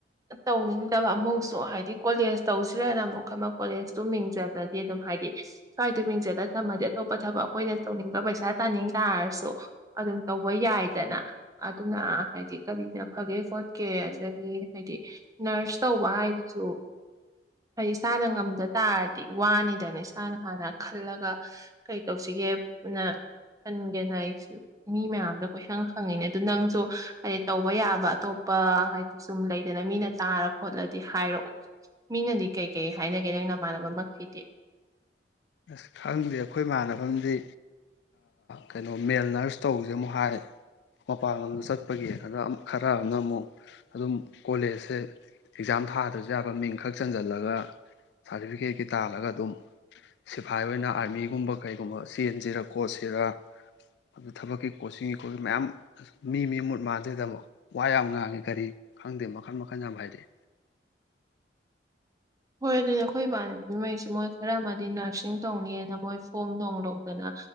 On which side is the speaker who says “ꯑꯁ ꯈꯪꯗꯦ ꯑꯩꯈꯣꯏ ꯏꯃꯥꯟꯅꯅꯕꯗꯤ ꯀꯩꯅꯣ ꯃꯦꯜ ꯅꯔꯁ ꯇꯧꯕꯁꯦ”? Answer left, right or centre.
Left